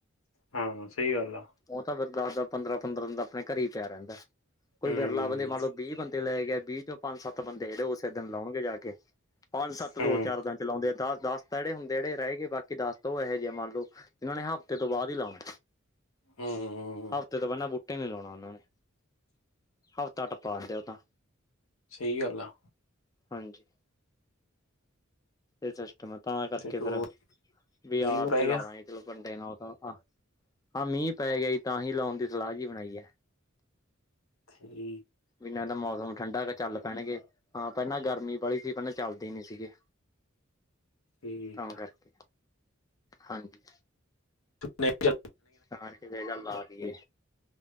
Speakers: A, on the left (about 85°); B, on the left (about 15°).
A: ਹਾਂ ਸਹੀ ਗੱਲ ਆ
B: ਉਹ ਤਾਂ ਫੇਿਰ ਦਸ ਦਸ ਪੰਦਰਾਂ ਪੰਦਰਾਂ ਦਿਨ ਦਾ ਆਪਣੇ ਘਰੇ ਹੀ ਪਿਆ ਰਹਿੰਦਾ ਕੋਈ
A: ਹੂੰ
B: ਵਿਰਲਾ ਬੰਦੇ ਮੰਨ ਲਓ ਵੀਹ ਬੰਦੇ ਲੈ ਗਿਆਏ ਵੀਹ ਚ ਪੰਜ ਸੱਤ ਬੰਦੇ ਜਿਹੜੇ ਉਸੇ ਦਿਨ ਲਾਉਣਗੇ ਜਾ ਕੇ ਪੰਜ ਸੱਤ ਦੋ
A: ਹੂੰ
B: ਚਾਰ ਤਾਂ ਚਲਾਉਂਦੇ ਆ ਦਸ ਦਸ ਤਾਂ ਜਿਹੜੇ ਹੁੰਦੇ ਜਿਹੜੇ ਰਹੇਏ ਬਾਕੀ ਦਸ ਤਾਂ ਉਹ ਇਹੋ ਜਿਹੇ ਮੰਨ ਲਓ ਇਹਨਾਂ ਨੇ ਹਫ਼ਤੇ ਤੋਂ ਬਾਅਦ ਹੀ ਲਾਉਣਾ
A: ਹਾਂ ਹਾਂ
B: ਹਫ਼ਤੇ ਤੋਂ ਪਹਿਲਾਂ ਬੂਟੇ ਨੀ ਲਾਉਣਾ ਉਹਨਾ ਨੇ ਹਫ਼ਤਾ ਟੱਪਾ ਦਿੰਦੇ ਉਹ ਤਾਂ
A: ਸਹੀ ਗੱਲ ਆ
B: ਹਾਂਜੀ ਇਹ ਸਿਸਟਮ ਹੈ ਤਾਂ ਕਰਕੇ
A: ਤੇ ਇੱਕ
B: ਫੇਰ
A: ਹੋਰ
B: ਵੀ
A: ਮੀਂਹ
B: ਆਪ
A: ਮੂੰਹ ਪੈ
B: ਹੀ ਲਾ
A: ਗਿਆ
B: ਲਾਗੇ ਚਲੋ ਕੰਡੇ ਤਾਂ ਆ ਹਾਂ ਮੀਂਹ ਪੈ ਗਿਆਈ ਤਾਂ ਹੀ ਲਾਉਣ ਦੀ ਸਲਾਹ ਜਿਹੀ ਬਣਾਈ ਹੈ
A: ਠੀ
B: ਵੀਨਾ ਤਾਂ ਮੌਸਮ ਠੰਡਾ ਚੱਲ ਪੈਣਗੇ ਹਾਂ ਪਹਿਲਾਂ ਗਰਮੀ ਬੜੀ ਸੀ। ਪਹਿਲਾਂ ਚੱਲਦੇ ਨੀ ਸੀਗੇ
A: ਠੀਕ
B: ਤਾਂ
A: ਆ
B: ਕਰਕੇ ਹਾਂਜੀ
A: <unintelligible>
B: ਨਾਨਕੇ ਇਹ ਗੱਲ ਲਾ ਰਹੀਏ